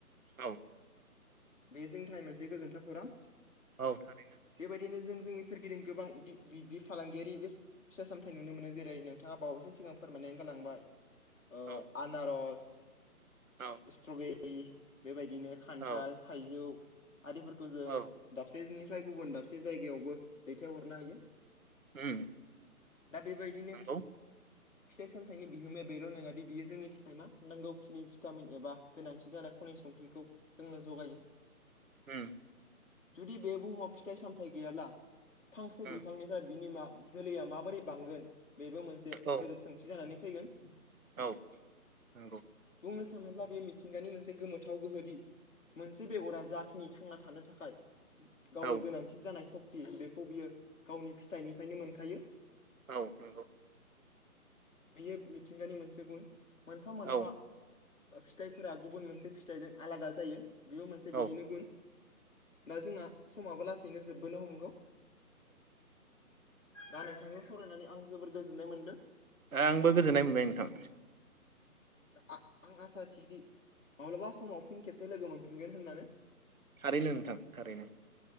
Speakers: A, on the right; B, on the left.
A: औ
B: बे जोंनि थाखाय मोनसे गोजोन्थाव खौरां
A: औ थारैनो
B: बेबायदिनो जों जोंनि सोरगिदिं गोबां इदि बिदि फालांगियारि <unintelligible> फिसा सामथाय नुनो मोनो जेरै नोंथाङा बावैसो सिगां फोरमायनानै गालांबाय ओ
A: औ
B: आनारस
A: औ
B: स्ट्रबेरि बेबायदिनो खान्थाल
A: औ
B: थाइजौ आरिफोरखौ जों
A: औ
B: दाब सेनिफ्राय गुबुन दाबसे जायगायावबो दैथाय हरनो हायो
A: उम
B: दा बेबायदिनो
A: नंगौ
B: फिथाइ सामथाइनि बिहोमाया बेल' नङादि बियो जोंनि थाखाय मा नांगौखिनि भिटामिन एबा गोनांथि जानाय खनि संख्रिखौ जोंनो जगायो
A: ओम
B: जुदि बे बुहुमाव फिथाइ सामथाइ फांसे
A: उम
B: बिफांनिफ्राय बिनि मा जोलैया माबोरै बांगोन बेबो मोनसे
A: औ
B: गेदेर सोंथि जानानै फैगोन
A: औ नंगौ
B: बुंनो सानोब्ला बेयो मिथिंगानि मोनसे गोमोथाव गोहोदि मोनसे बेगरा जाखिनि थांना थानो थाखाय गावनि
A: औ
B: गोनांथि जानाय सक्ति बेखौ बियो गावनि फिथाइनिफ्रायनो मोनखायो
A: औ
B: बियो मिथिंगानि मोनसे गुन मोनफा मोनफा
A: औ
B: बा फिथाइफोरा गुबुन मोनसे फिथाइजों आलादा जायो बेबो मोनसे बिनिनो
A: औ
B: गुन दा जोंना समाबो लासैनो जोबबोनो हमगौ दा नोंथांजों सावरायनानै आं जोबोर गोजोननाय मोन्दों
A: आंबो गोजोननाय मोनबाय नोंथां
B: दा आ आं आसा थियोदि माब्लाबा समाव फिन खेबसे लोगो मोनफिनगोन होननानै
A: थारैनो नोंथां थारैनो